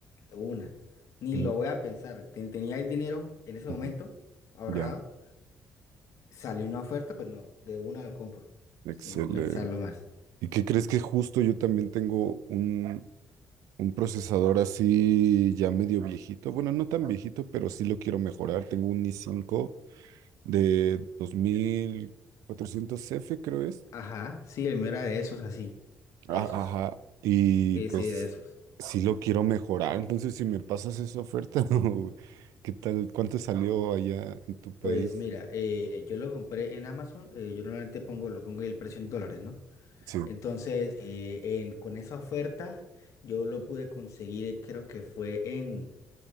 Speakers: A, on the left (about 70°); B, on the right (about 85°).
A: de una. Ni
B: Mm,
A: lo voy a pensar. Ten- tenía el dinero en ese
B: ujú.
A: momento ahorrado.
B: ya,
A: Sale una oferta, pues no, de una lo compro,
B: excelente.
A: sin pensarlo más.
B: ¿Y qué crees que justo yo también tengo un, un procesador así ya medio viejito? Bueno, no tan viejito, pero sí lo quiero mejorar. Tengo un i cinco de dos mil cuatrocientos f creo es.
A: Ajá, sí, el mío era de esos así,
B: Ah,
A: esos.
B: Ajá. Y
A: Sí,
B: pues
A: sí, de esos.
B: sí lo quiero mejorar. Entonces,
A: Eh,
B: si me pasas esa oferta, <laughs> o ¿qué tal? ¿Cuánto salió allá en tu país?
A: Pues mira, eh, yo lo compré en Amazon, eh, yo normalmente pongo, lo pongo el precio en dólares, ¿no?
B: Sí,
A: Entonces, eh, en- con esa oferta, yo lo pude conseguir, creo que fue en